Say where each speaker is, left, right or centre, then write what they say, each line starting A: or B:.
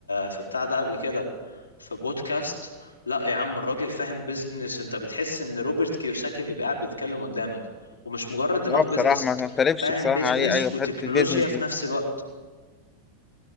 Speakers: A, on the left; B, on the left.
A: في بتاع ده قبل كده في بودكاست لا يا عم الراجل فاهم بيزنس انت بتحس ان روبرت كيوساكي اللي قاعد بيتكلم قدامك ومش مجرد دماغ
B: اه
A: بيزنس
B: بصراحه ما ما اختلفش
A: فاهم
B: بصراحه
A: بيزنس
B: عليه ايوه
A: وتكنولوجيا
B: في حته البيزنس دي
A: في نفس الوقت